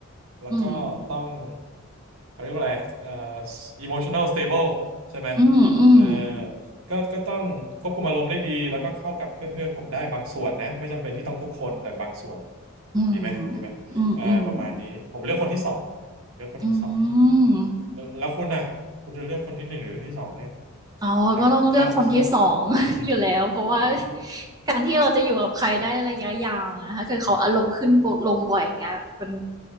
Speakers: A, on the right (about 70°); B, on the right (about 15°).
A: แล้วก็ต้อง
B: อืม
A: เขาเรียกว่าอะไรเอ่อ emotional stable ใช่ไหม
B: อืมอืม
A: เออก็ก็ต้องควบคุมอารมณ์ได้ดีแล้วก็เข้ากับเพื่อนเพื่อนผมได้บางส่วนนะไม่จำเป็นที่ต้องทุกคนแต่บางส่วน
B: อืม
A: ดีไหมดีไหมเออประมาณนี้ผมเลือกคนที่สอง
B: อืมอืม
A: เลือกคนที่สอง
B: อืม
A: แล้วคุณน่ะคุณจะเลือกคนที่หนึ่งหรือที่สองเนี่ย
B: อ๋อก็ต้องเลือกคนที่2อง
A: ครับถ้าถ้า
B: <laughs> อยู่แล้ว เพราะว่าการที่เราจะอยู่กับใครได้ระยะยาวนะถ้าเกิดเขาอารมณ์ขึ้นบลงบ่อยอย่างเงี้ยมัน